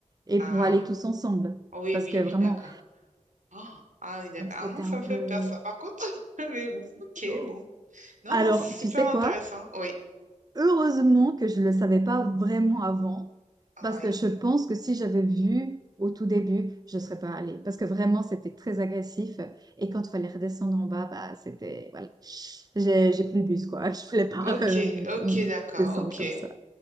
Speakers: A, on the right (about 30°); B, on the right (about 75°).
A: et
B: Ah.
A: pour aller tous ensemble.
B: Oui,
A: Parce
B: oui,
A: que vraiment,
B: oui, d'accord. Oh, ah oui, d'accord.
A: donc c'était
B: Ah, moi, ça
A: un
B: me
A: peu...
B: fait peur, ça, par contre. <laughs> Mais bon, ok,
A: Oh.
B: bon. Non,
A: Alors,
B: non, c'est
A: tu
B: super
A: sais
B: intéressant.
A: quoi?
B: Oui,
A: Heureusement que je ne le savais pas vraiment avant,
B: Ah
A: parce
B: oui.
A: que je pense que si j'avais vu au tout début, je ne serais pas allée, parce que vraiment, c'était très agressif. Et quand il fallait redescendre en bas, bah, c'était... Voilà. J'ai, j'ai pris le bus, quoi. <laughs> Je ne voulais pas
B: Ok,
A: euh,
B: ok, d'accord,
A: descendre
B: ok.
A: comme ça.